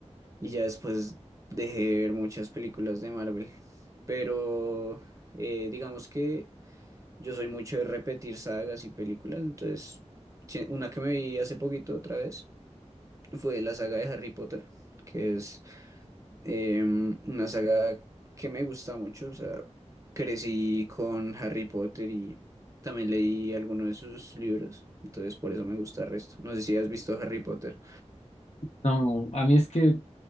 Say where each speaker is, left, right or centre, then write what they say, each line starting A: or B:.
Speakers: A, on the right; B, on the left.
A: Y ya después dejé de ver muchas películas de Marvel, pero eh, digamos que... Yo soy mucho de repetir sagas y películas, entonces sí, una que me vi hace poquito otra vez fue la saga de Harry Potter, que es eh, una saga que me gusta mucho, o sea, crecí con Harry Potter y también leí algunos de sus libros, entonces por eso me gusta el resto. No sé si has visto Harry Potter.
B: No, a mí es que